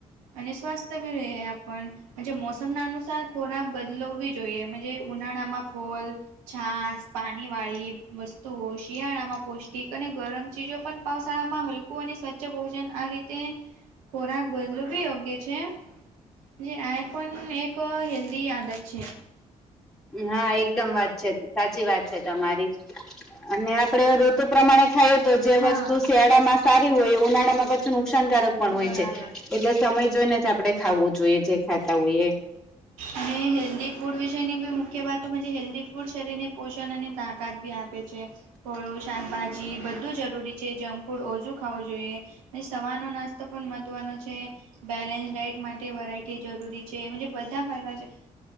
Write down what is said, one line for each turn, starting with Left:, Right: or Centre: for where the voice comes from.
Right: અને સ્વાસ્થ્ય બી રહે આપન. મુજે મોસમના અનુસાર ખોરાક બદલો બી જોઈએ મુજે ઉનાળામાં ફોલ. છાસ, પાનીવાળી વસ્તુઓ શિયાળામાં પૌષ્ટિક અને ગરમ ચીજો પન પાવ શાળામાં હલકું અને સ્વચ્છ ભોજન આ રીતે ખોરાક બદલુ બી યો એ છે, જે આ પન એક હેલ્દી આદત છે.
Centre: હા એકદમ વાત છે, સાચી વાત છે, તમારી અને આપડે રૂ તુ પ્રમાણે ખાઈએ તો જે
Right: હા
Centre: વસ્તુ શિયાળામાં સારી હોય એ ઉનાળામાં પછી નુકસાનકારક પણ હોય
Right: બરાબર
Centre: છે. એટલે સમય જોઈને જ આપણે ખાવું જોઈએ જે ખાતા હોઈ એ.
Right: અને હેલ્દી ફૂડ વિષયની બી મુખ્ય વાત મુજે હેલ્દી ફૂડ શરીરને પોષણ અને તાક કાત બી આપે છે. ફોળો, શાકભાજી બધું જરૂરી છે જંક ફૂડ ઓછું ખાવું જોઈએ. અને સવારનો નાસ્તો પણ મહત્વનો છે. બેલેન્સ ડાઇટ માટે વરાયટી જરૂરી છે મુજે બધા ફાયદા છે.